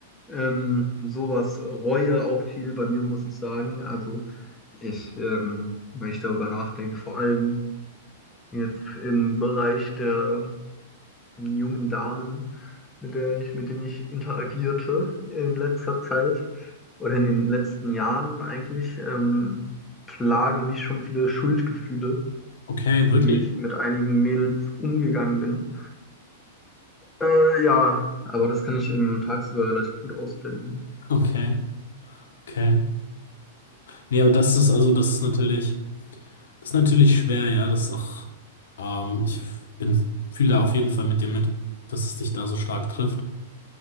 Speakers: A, on the left; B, on the left.
A: Ähm, sowas, Reue auch viel bei mir, muss ich sagen. Also ich, ähm, wenn ich darüber nachdenke, vor allem jetzt im Bereich der einen jungen Damen, mit der ich, mit denen ich interagierte in letzter Zeit oder in den letzten Jahren eigentlich, ähm, plagen mich schon viele Schuldgefühle,
B: Okay, wirklich?
A: wie ich mit einigen Mädels umgegangen bin. Äh, ja, aber das kann ich im tagsüber relativ gut ausblenden.
B: Okay, okay. Nee, aber das ist, also das ist natürlich, das ist natürlich schwer, ja. Das ist auch, ähm, ich bin, fühle da auf jeden Fall mit dir mit, dass es dich da so stark trifft.